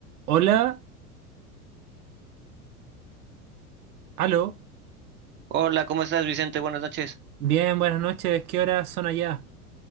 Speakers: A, on the right (about 75°); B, on the right (about 25°).
A: Hola, aló,
B: Hola, ¿cómo estás, Vicente? Buenas noches.
A: bien, buenas noches, ¿qué horas son allá?